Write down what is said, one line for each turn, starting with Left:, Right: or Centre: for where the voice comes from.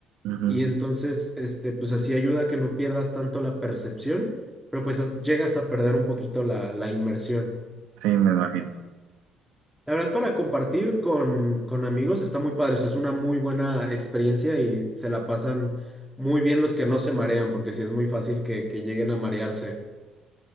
Right: Ujú,
Centre: y entonces, este, pues así ayuda a que no pierdas tanto la percepción, pero pues a- llegas a perder un poquito la, la inmersión.
Right: Sí, me imagino.
Centre: La verdad, para compartir con, con amigos está muy padre, o sea, es una muy buena experiencia y se la pasan muy bien los que no se marean, porque sí es muy fácil que que lleguen a marearse.